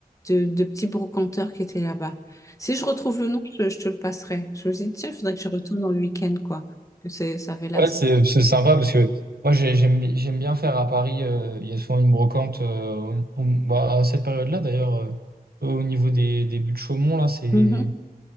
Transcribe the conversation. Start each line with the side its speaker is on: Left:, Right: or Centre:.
Left: de, de petits brocanteurs qui étaient là-bas. Si je retrouve le nom, je, je te le passerai. Je me suis dit tiens, il faudrait que je retourne dans le week-end quoi. Que c'est ça avait l'air.
Right: Ouais, c'est c'est sympa parce que moi j'ai- j'aime bi- j'aime bien faire à Paris. euh, il y a souvent une brocante euh, au- au- bah, à cette période-là d'ailleurs euh, au niveau des, des buts de Chaumont là c'est
Left: Mhm.